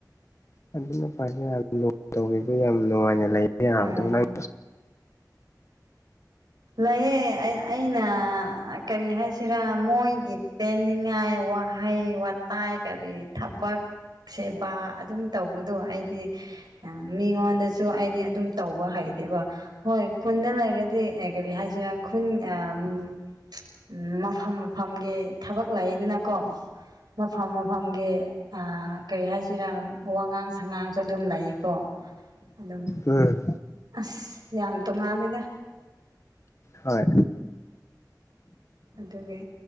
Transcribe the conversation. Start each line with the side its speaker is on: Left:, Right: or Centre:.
Left: ꯑꯗꯨꯅ ꯐ ꯂ ꯇꯧꯕꯤꯕ ꯌꯥꯝ ꯅꯨꯡꯉꯥꯏꯅ ꯂꯩꯌꯦ ꯌꯥꯕꯗꯣ
Right: ꯍꯣꯏ
Left: ꯅꯪ
Right: ꯂꯩꯑꯦ ꯑꯩꯅ ꯀꯔꯤ ꯍꯥꯏꯁꯤꯔꯥ ꯃꯣꯏꯒꯤ ꯄꯦꯟꯅꯤꯡꯉꯥꯏ ꯋꯥꯍꯩ ꯋꯥꯇꯥꯏ ꯀꯔꯤ ꯊꯕꯛ ꯁꯦꯕꯥ ꯑꯗꯨꯝ ꯇꯧꯕꯗꯣ ꯑꯩꯗꯤ ꯃꯤꯉꯣꯟꯗꯁꯨ ꯑꯩꯗꯤ ꯑꯗꯨꯝ ꯇꯧꯕ ꯍꯩꯇꯦꯕ ꯍꯣꯏ ꯈꯨꯟꯗ ꯂꯩꯔꯗꯤ ꯀꯔꯤ ꯍꯥꯏꯁꯤꯔ ꯈꯨꯟ ꯎꯝ ꯃꯐꯝ ꯃꯐꯝꯒꯤ ꯊꯕꯛ ꯂꯩꯗꯅꯀꯣ ꯃꯐꯝ ꯃꯐꯝꯒꯤ ꯀꯔꯤ ꯍꯥꯏꯁꯤꯔꯥ ꯋꯥꯉꯥꯡ ꯁꯉꯥꯡꯁꯨ ꯑꯗꯨꯝ ꯂꯩꯌꯦꯀꯣ ꯑꯗꯨꯝ
Left: ꯎꯝ
Right: ꯑꯁ ꯌꯥꯝ ꯇꯣꯡꯉꯥꯂꯦꯗ
Left: ꯍꯣꯏ
Right: ꯑꯗꯨꯒꯤ